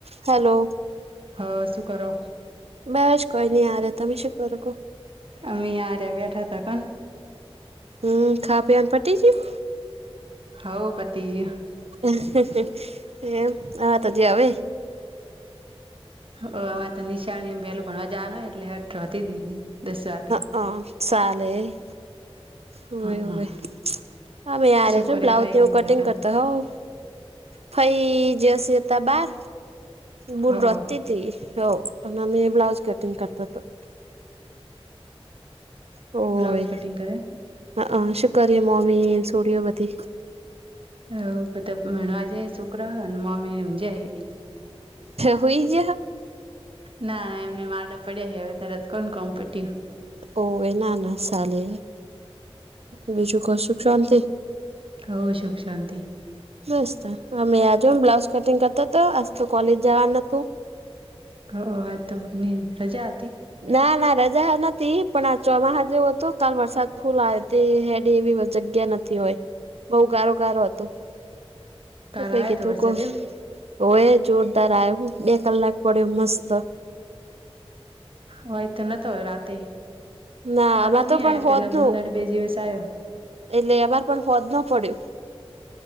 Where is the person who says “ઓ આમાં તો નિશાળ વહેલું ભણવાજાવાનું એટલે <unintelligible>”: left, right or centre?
Right